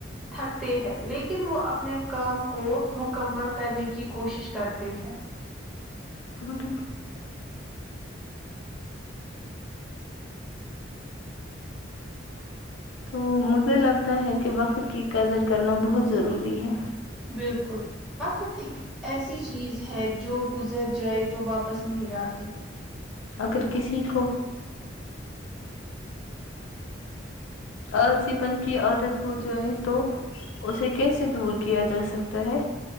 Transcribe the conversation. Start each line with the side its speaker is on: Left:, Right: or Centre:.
Centre: تھکتے ہیں لیکن وہ اپنے کام کو مکمل کرنے کی کوشش کرتے ہیں
Left: کنک تو مجھے لگتا ہے کہ وقت کی قدر کرنا بہت ضروری ہے
Centre: بالکل وقت ایک ایسی چیز ہے جو گزر جائے تو واپس نہیں آتی
Left: اگر کسی کو آلسی پن کی عادت ہو جائے تو اسے کیسے دور کیا جا سکتا ہے